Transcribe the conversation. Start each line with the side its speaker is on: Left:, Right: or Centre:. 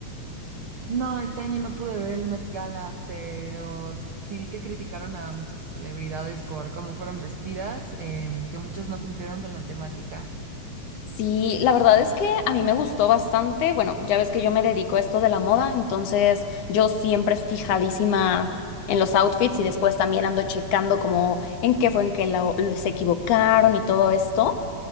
Right: No, este año no pude ver el Met Gala, pero sí vi que criticaron a muchas celebridades por cómo fueron vestidas, em, que muchas no cumplieron con la temática.
Left: Sí, la verdad es que a mí me gustó bastante. Bueno, ya ves que yo me dedico a esto de la moda, entonces yo siempre fijadísima en los outfits y después también ando checando como en qué fue en que la- se equivocaron y todo esto.